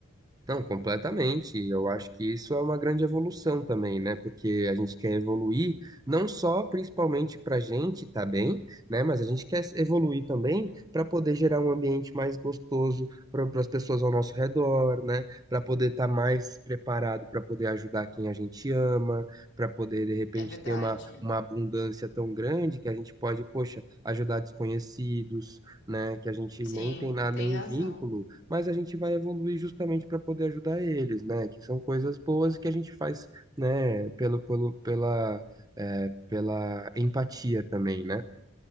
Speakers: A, on the right; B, on the left.
A: Não, completamente. Eu acho que isso é uma grande evolução também, né? Porque a gente quer evoluir não só principalmente para a gente tá bem, né? Mas a gente quer evoluir também para poder gerar um ambiente mais gostoso para as pessoas ao nosso redor, né? Para poder estar mais preparado, para poder ajudar quem a gente ama, para poder de repente
B: É verdade.
A: ter uma, uma abundância tão grande que a gente pode, poxa, ajudar desconhecidos, né? Que a gente
B: Sim,
A: nem tem nada,
B: tem
A: nenhum
B: razão.
A: vínculo mas a gente vai evoluir justamente para poder ajudar eles, né? Que são coisas boas que a gente faz, né? Pelo, pelo, pela, é, pela empatia também, né?